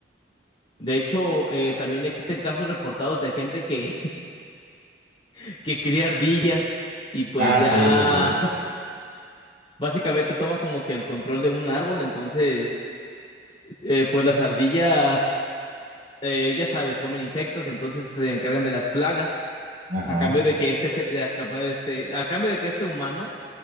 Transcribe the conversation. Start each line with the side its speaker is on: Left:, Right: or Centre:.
Left: De hecho, eh, también existen casos reportados de gente que, <laughs> que cría ardillas y pues
Right: Ah,
Left: ya
Right: sí, sí, sí.
Left: <laughs> básicamente toman como que el control de un árbol. Entonces, eh, pues las ardillas, eh, ya sabes, comen insectos, entonces se encargan de las plagas
Right: Ajá.
Left: A cambio de que este, se- de a cambio de este, a cambio de que este humano